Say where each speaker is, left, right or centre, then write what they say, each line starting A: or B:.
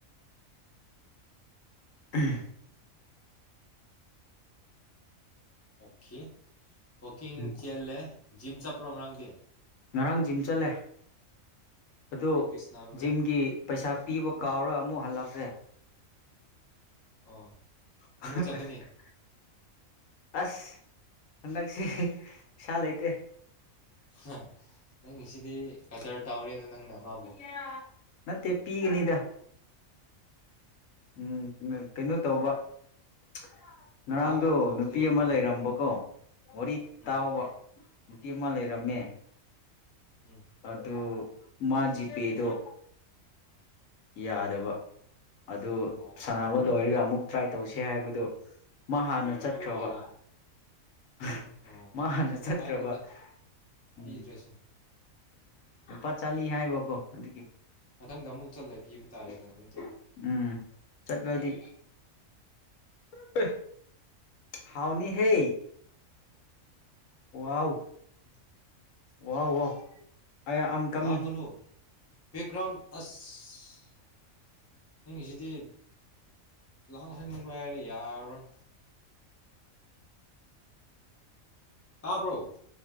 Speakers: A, on the left (about 75°); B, on the left (about 20°).
A: <unintelligible>
B: ꯑꯣꯀꯦ ꯋꯥꯀꯤꯡ
A: ꯎꯝ
B: ꯆꯦꯜꯂꯦ ꯖꯤꯝ ꯆꯞꯄ꯭ꯔꯣ ꯉꯔꯥꯥꯡꯗꯤ
A: ꯉꯔꯥꯡ ꯖꯤꯝ ꯆꯠꯂꯦ ꯑꯗꯣ
B: ꯀꯔꯤ ꯀꯔꯤ ꯁꯥꯟꯅꯔꯨꯔꯦ
A: ꯖꯤꯝꯒꯤ ꯄꯩꯁꯥ ꯄꯤꯕ ꯀꯥꯎꯔꯥ ꯑꯃꯨꯛ ꯍꯜꯂꯛꯈ꯭ꯔꯦ
B: ꯑꯣ
A: <unintelligible>
B: ꯑꯃꯨꯛ ꯆꯠꯀꯅꯤ
A: ꯑꯁ ꯍꯟꯗꯛꯁꯦ ꯄꯩꯁꯥ ꯂꯩꯇꯦ
B: <unintelligible> ꯅꯪꯒꯤꯁꯤꯗꯤ ꯀꯗꯔ ꯇꯧꯔꯦꯅ ꯅꯪꯅ ꯃꯥꯕꯨ
A: <unintelligible> ꯅꯠꯇꯦ ꯄꯤꯒꯅꯤꯗ ꯎꯝ <unintelligible> ꯀꯩꯅꯣ ꯇꯧꯕ <unintelligible> ꯉꯔꯥꯡꯗꯣ
B: ꯂꯥꯡꯕ ꯃꯐꯝꯗ
A: ꯅꯨꯄꯤ
B: ꯂꯩꯒꯅꯨꯀꯣ
A: ꯑꯃ ꯂꯩꯔꯝꯕꯀꯣ ꯋꯥꯔꯤ
B: ꯎꯝ
A: ꯇꯥꯎꯕ ꯅꯨꯄꯤ ꯑꯃ ꯂꯩꯔꯝꯃꯦ
B: ꯎꯝ
A: ꯑꯗꯨ ꯃꯥ ꯖꯤꯄꯦꯗꯣ ꯌꯥꯗꯕ ꯑꯗꯨ
B: ꯑꯣ
A: ꯁꯥꯟꯅꯕ ꯂꯣꯏꯔꯒ ꯑꯃꯨꯛ ꯇ꯭ꯔꯥꯏ ꯇꯧꯁꯦ ꯍꯥꯏꯕꯗꯣ ꯃꯥ ꯍꯥꯟꯅ ꯆꯠꯈ꯭ꯔꯕ
B: ꯀꯥꯎꯔꯕ
A: <unintelligible>
B: ꯑꯣ
A: ꯃꯥ ꯍꯥꯟꯅ ꯆꯠꯈ꯭ꯔꯕ
B: ꯀꯥꯏꯗꯦꯗ
A: ꯎꯝ
B: ꯄꯤꯗ꯭ꯔꯁꯨ
A: ꯂꯨꯄꯥ ꯆꯅꯤ ꯍꯥꯏꯕꯀꯣ ꯑꯗꯨꯒꯤ <unintelligible>
B: ꯃꯊꯪꯗ ꯑꯃꯨꯛ ꯆꯠꯂ ꯄꯤꯕ ꯇꯥꯔꯦꯗꯅ ꯅꯠꯇ꯭ꯔꯣ
A: ꯎꯝ ꯆꯠꯂꯗꯤ <unintelligible> ꯍꯥꯎꯅꯤ ꯍꯦ ꯋꯥꯎ
B: ꯍ
A: ꯋꯥꯍ ꯋꯥꯍ ꯑ ꯑ ꯀꯃꯤ
B: ꯂꯥꯡꯒꯅꯨ ꯕꯦꯛꯒ꯭ꯔꯥꯎꯟ ꯑꯁ ꯅꯪꯁꯤꯗꯤ ꯂꯥꯡꯍꯟꯒꯅ ꯍꯥꯏꯔꯦ ꯌꯥꯔꯔꯣꯏ ꯇꯥꯕ꯭ꯔꯣ